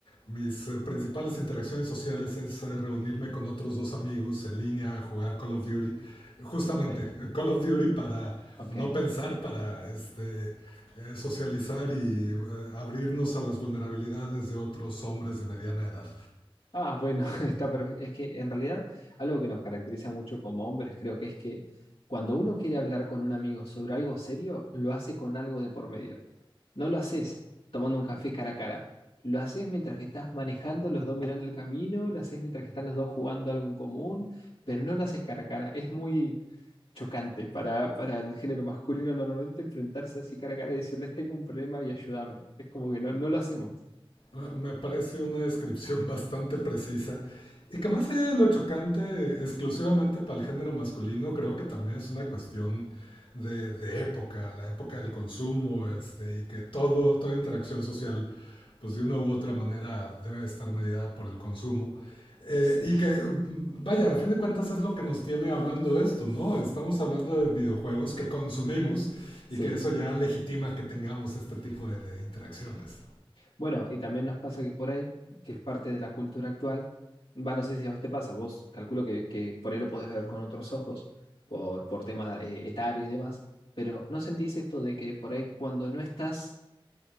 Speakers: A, on the left; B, on the left.
A: mis eh, principales interacciones sociales es eh, reunirme con otros dos amigos en línea a jugar Call of Duty. Justamente,
B: Sí,
A: eh, Call of Duty para
B: ok.
A: no pensar, para este, eh, socializar y eh, abrirnos a las vulnerabilidades de otros hombres de mediana edad.
B: Ah, bueno, <laughs> está perfecto. Es que en realidad algo que nos caracteriza mucho como hombres creo que es que cuando uno quiere hablar con un amigo sobre algo serio, lo hace con algo de por medio. No lo haces tomando un café cara a cara. Lo haces mientras que estás manejando, los dos mirando el camino, lo haces mientras que están los dos jugando algo en común, pero no lo haces cara a cara. Es muy chocante para, para el género masculino normalmente enfrentarse así cara a cara y decirles tengo un problema y ayúdame. Es como que no, no lo hacemos.
A: Ah, Me parece una descripción <laughs> bastante precisa y que más allá de lo chocante exclusivamente para el género masculino, creo que también es una cuestión de, de época, la época del consumo, este, y que todo, toda interacción social, pues de una u otra manera debe estar mediada por el consumo. Eh,
B: Sí,
A: y que, vaya, a fin de cuentas es lo que nos tiene hablando de esto, ¿no? Estamos hablando de videojuegos que consumimos
B: sí.
A: y que eso ya legitima que tengamos este tipo de, de interacciones.
B: Bueno, y también nos pasa que por ahí, que es parte de la cultura actual, va, no sé si a vos te pasa, vos calculo que, que por ahí lo podés ver con otros ojos, por, por tema eh, etario y demás, pero ¿no sentís esto de que por ahí cuando no estás